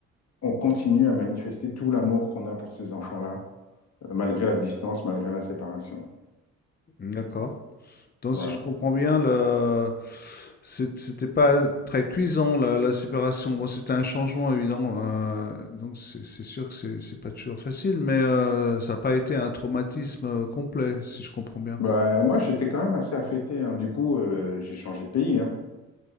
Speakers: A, on the left (about 60°); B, on the left (about 30°).
A: on continue à manifester tout l'amour qu'on a pour ces enfants-là, euh, malgré la distance, malgré la séparation.
B: D'accord. Donc,
A: Voilà.
B: si je comprends bien, le... c'est- c'était pas très cuisant la, la séparation. Bon, c'était un changement évident, euh, donc c'est c'est sûr que c'est c'est pas toujours facile, mais euh, ça n'a pas été un traumatisme euh, complet, si je comprends bien.
A: Bah, moi, j'étais quand même assez affecté, hein. Du coup, euh, j'ai changé de pays, hein.